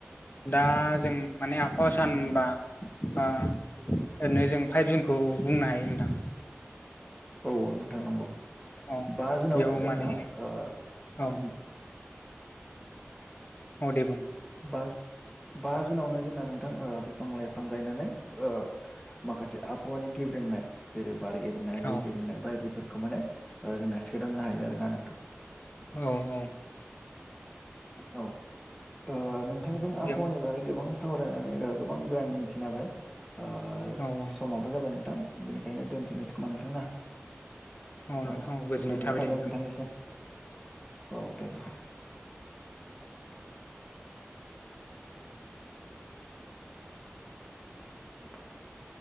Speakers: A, on the left (about 45°); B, in the centre.
A: दा जों माने आबहावा सानबा ओ ओरैनो जों फाइभजनखौ बुंनो हायो नोंथां।
B: औव नोंथां नंगौ
A: औ
B: बा जुनावनो
A: बेयाव
B: जोंना
A: माने
B: ओ उम
A: औ औव दे बुं।
B: बा जु बा जुनावनो जोंना नोंथां बिफां लाइफां गायनानै ओ माखासे आबहावानि गेब्रेंनाय जेरै बार एबा नाय
A: औ
B: दै गुुंनाय बायदिफोरखौ माने ओ जोंना सोदांनो हायो आरो ना नोंथां।
A: औव औव
B: औउ ओ नोंथांजों
A: औ बेयाव
B: आबहावानि बागै गोबां सावरायनानै गोबां गोयान मिथिनो हाबाय ओ
A: औ औ
B: समाबो जाबाय नोंथां बेनिखायनो दोनथ'नोसै खोमा नोंथांना
A: औ नोंथां
B: औव
A: औ
B: गोजोननाय थाबाय
A: दे नोंथां
B: नोंथांनिसिम। औव दे नोंथां। <unintelligible>